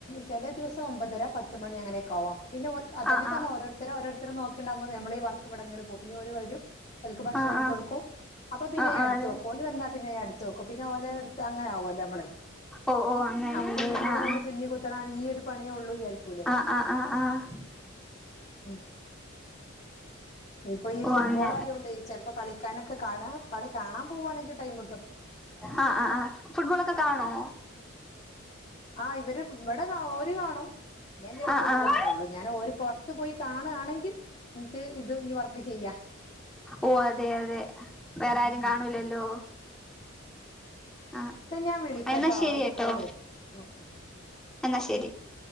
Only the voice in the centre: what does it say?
ആഹ്
ആഹ്
ആഹ്
ആഹ് ആഹ്
ആഹ്
അതെ
ഓ ഓ അങ്ങനെയല്ലേ
ആഹ്
ആഹ് ആഹ് ആഹ് ആഹ്
ഓ
അങ്ങനെ
ഹാ ആഹ് ആ ഫുട്ബോളൊക്കെ കാണോ?
ആഹ് ആഹ്
ഓഹ് അതെ അതെ വേറാരു
കാണൂലല്ലോ ആഹ്
എന്നാ ശരി
കേട്ടോ
എന്നാ ശെരി